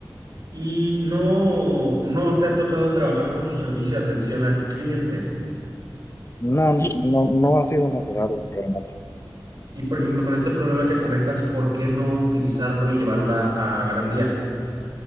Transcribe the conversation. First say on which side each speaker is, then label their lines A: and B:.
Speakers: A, on the right; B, on the left.
A: ¿Y no, no te ha tocado trabajar con su servicio de atención al cliente?
B: No, no, no ha sido necesario realmente.
A: Y por ejemplo, con este problema que comentas, ¿por qué no utilizarlo y llevarla a garantía?